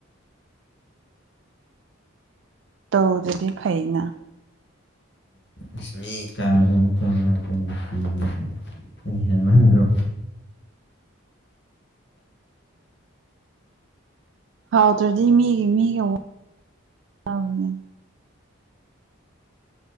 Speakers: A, on the right; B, on the left.
A: ꯇꯧꯗꯨꯗꯤ ꯐꯩꯅ
B: ꯏꯁ ꯃꯤ ꯀꯥꯗ <unintelligible> ꯍꯦꯟꯃꯟꯗ꯭ꯔꯣ
A: ꯍꯥꯎꯗ꯭ꯔꯗꯤ ꯃꯤꯒꯤ ꯃꯤꯒꯕꯅꯤꯅ